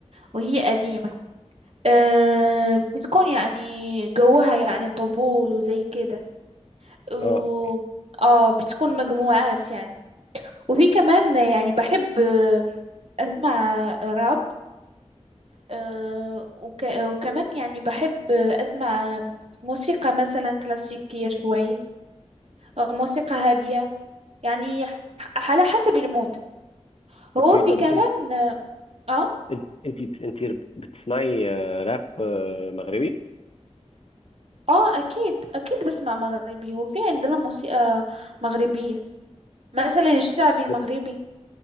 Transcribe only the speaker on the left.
أه
أوكي
طب
أنت
أنت أنت بتسمعي آه، راب آه، مغربي؟
بت-